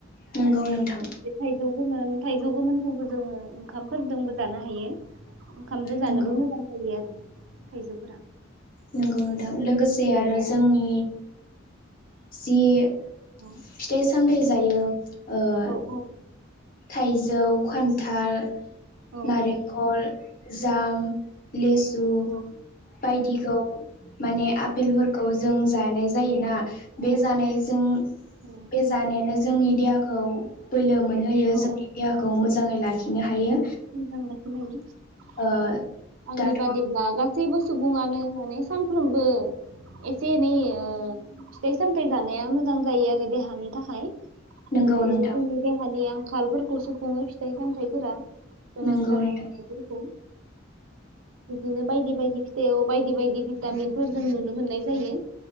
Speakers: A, on the left; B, on the right.
A: नंगौ नोंथां
B: थाइजौ गोमोन थाइजौ गोमोनखौबो जोङो ओंखामफोरदोंबो जानो हायो। ओंखामदो जानोबो
A: नंगौ
B: मोजां जायो आरो। थाइजौ फोरा
A: नंगौ नोंथां लोगोसे आरो जोंनि जे
B: औ
A: फिथाइ सामथाइ जायो ओ-
B: औ औ
A: थाइजौ खान्थाल
B: औ
A: नारेखल जाम लेसु
B: औ
A: बायदिखौ माने आफेलफोरखौ जों जानाय जायोना। बे जानायजों
B: औ
A: बे जानायानो जोंनि देहाखौ बोलो मोनहोयो
B: औ
A: जोंनि
B: औ
A: देहाखौ मोजाङै लाखि नो हायो
B: मोजां लाखिनो हायो।
A: ओ
B: आंनि
A: दाथ'
B: बादिब्ला गासैबो सुबुङानो माने सानफ्रोमबो एसे एनै ओ- फिथाइ-सामथाइ जानाया मोजां जायो आरो देहानि थाखाय। ओरै
A: नंगौ नोंथां
B: बुंनोबो हालिया। आंखालफोरखो सुफुङो फिथाइ-सामथाइफोरा। गोनां
A: नंगौ
B: जानाय
A: नोंथां
B: हारफोरखौ। बिदिनो बायदि-बायदि फिथाइआव बायदि-बायदि भिटामिनफोर जों नुनो मोननाय जायो।